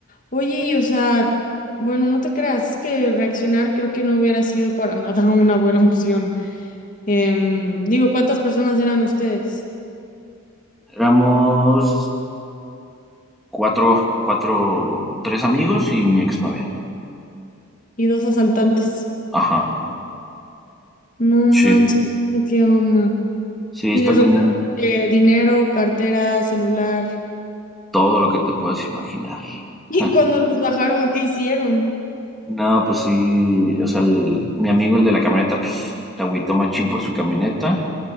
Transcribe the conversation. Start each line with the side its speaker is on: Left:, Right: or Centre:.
Left: Oye, y o sea, bueno, no te creas, es que reaccionar creo que no hubiera sido para <laughs> nada una buena opción. Em, digo, ¿cuántas personas eran ustedes?
Centre: Éramos Cuatro, cuatro, tres amigos y mi exnovia.
Left: Y dos asaltantes.
Centre: Ajá,
Left: No
Centre: sí.
Left: manches, ¿qué onda?
Centre: Sí,
Left: Y
Centre: está
Left: les robaron
Centre: cañón
Left: eh, dinero, cartera, celular.
Centre: todo lo que te puedas imaginar.
Left: Y
Centre: <laughs>
Left: cuando los bajaron, ¿qué hicieron?
Centre: No, pues sí, o sea, el- mi amigo, el de la camioneta, pues se agüitó machín por su camioneta.